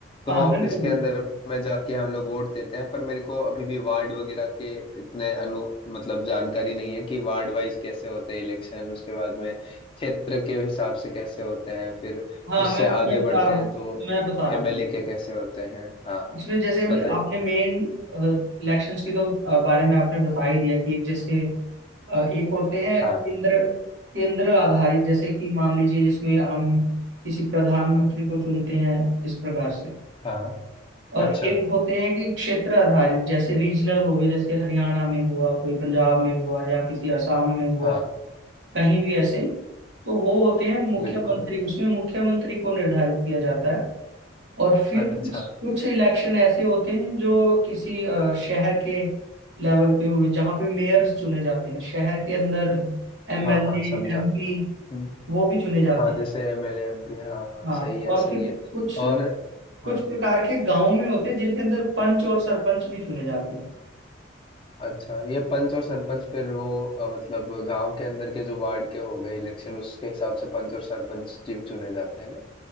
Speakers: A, on the left (about 25°); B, on the right (about 65°).
A: तो
B: हाँ बिल्कुल
A: इसके
B: बिल्कुल
A: अंदर में जाके हम लोग वोट देते हैं पर मेरे को अभी भी वार्ड वगैरह के इतने अनु मतलब जानकारी नहीं है कि वार्ड वाइज कैसे होते हैं इलेक्शन उसके बाद में क्षेत्र के हिसाब से कैसे होते हैं फिर
B: हाँ
A: उससे
B: मैं मैं
A: आगे
B: बता
A: बढ़ते
B: रहा हूँ
A: हैं तो
B: मैं बता रहा
A: एमएलए
B: हूँ आपको।
A: के कैसे होते हैं हाँ हाँ
B: इसमें जैसे अभी
A: बताइए
B: आपने मेन इलेक्शंस के तो अ, बारे में आपने बता ही दिया कि जैसे अ, एक होते हैं
A: हाँ
B: केंद्र केंद्र आधारित जैसे कि मान लीजिए जिसमें हम किसी प्रधानमंत्री को चुनते हैं इस प्रकार से
A: हाँ
B: और
A: अच्छा
B: एक होते हैं कि क्षेत्र आधारित जैसे रीजनल हो गए जैसे हरियाणा में हुआ कोई पंजाब में हुआ या किसी असम में हुआ
A: हाँ
B: कहीं भी ऐसे तो वो होते हैं मुख्यमंत्री
A: बिल्कुल
B: उसमें मुख्यमंत्री को निर्धारित किया जाता है और फिर
A: अच्छा
B: कुछ कुछ इलेक्शन ऐसे होते हैं जो किसी अ, शहर के लेवल पे हुए जहाँ पे मेयर्स चुने जाते हैं शहर के अंदर एमएलए
A: हाँ हाँ समझा
B: एमपी
A: हम्म,
B: वो भी चुने जाते
A: हाँ
B: हैं
A: जैसे एमएलए एमपी हाँ हाँ
B: हाँ
A: सही है
B: और
A: सही
B: फिर
A: है
B: कुछ
A: और
B: कुछ
A: हाँ
B: प्रकार के गांव में होते हैं जिनके अंदर पंच और सरपंच भी चुने जाते हैं
A: अच्छा ये पंच और सरपंच फिर वो अ, मतलब गांव के अंदर के जो वार्ड के हो गए इलेक्शन उसके हिसाब से पंच और सरपंच जीव चुने जाते हैं ना